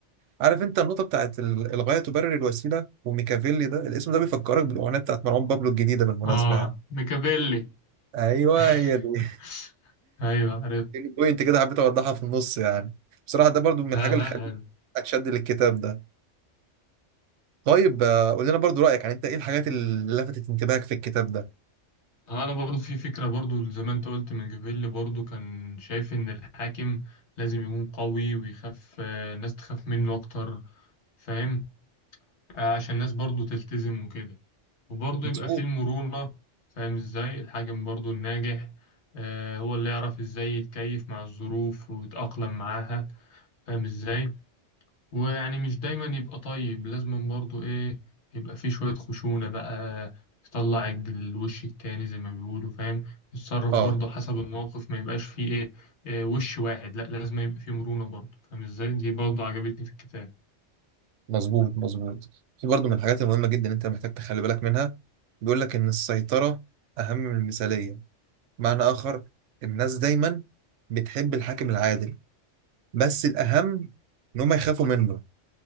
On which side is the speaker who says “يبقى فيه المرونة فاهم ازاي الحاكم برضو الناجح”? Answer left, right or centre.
Left